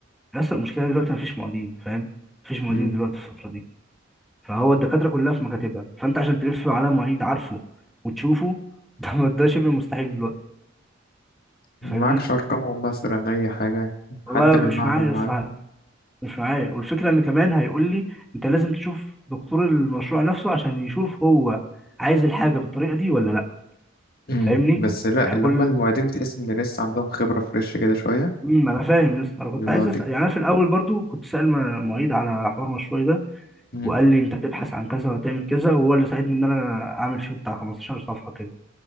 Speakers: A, in the centre; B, on the left.
A: يا اسطى المشكله دلوقتي ما فيش معيدين فاهم مفيش معيدين
B: مم.
A: دلوقتي في الفتره دي فهو الدكاترة كلها في مكاتبها فأنت عشان تلف على معيد عارفه وتشوفه ده <laughs> ما- ده شبه مستحيل دلوقتي
B: معكش
A: فاهمني
B: ارقامهم مثلا اي حاجة حد
A: والله
B: من
A: مش
B: المعمل
A: معايا
B: معاك
A: لسه حاجة مش معايا والفكرة إن كمان هيقول لي أنت لازم تشوف دكتور المشروع نفسه عشان يشوف هو عايز الحاجة بالطريقة دي ولا لأ
B: مم.
A: فاهمني
B: بس لا
A: يعني
B: اللي
A: كل
B: هم المعيدين بتحس ان لسه عندهم خبرة فريش كده شوية
A: امم انا فاهم يا اسطى انا كنت
B: اللي
A: عايز
B: هو دي
A: اسال يعني انا في الاول برضو كنت سائل م- معيد على حوار مشروعي ده
B: مم.
A: وقال لي انت هتبحث عن كذا وهتعمل كذا وهو اللي ساعدني ان انا اعمل فيه بتاع 15 صفحه كده